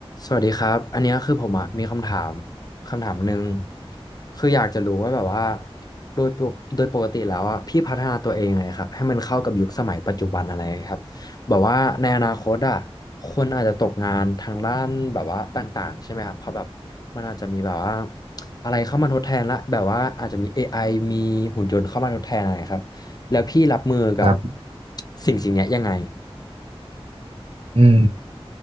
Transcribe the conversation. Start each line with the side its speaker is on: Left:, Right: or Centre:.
Left: สวัสดีครับอันเนี้ยคือผมอะมีคำถามคำถามหนึ่งคืออยากจะรู้ว่าแบบว่าโดยปกโดยปกติแล้วอะพี่พัฒนาตัวเองไงครับให้มันเข้ากับยุคสมัยปัจจุบันอะไรครับแบบว่าในอนาคตอะคนอาจจะตกงานทางด้านแบบว่าต่างๆใช่ไหมครับเพราะแบบมันอาจจะมีแบบว่าอะไรเข้ามาทดแทนละแบบว่าอาจจะมีเอไอมีหุ่นยนต์เข้ามาทดแทนอะไรครับแล้วพี่รับมือกับ
Right: ครับ
Left: สิ่งสิ่งเนี้ยยังไง
Right: อืม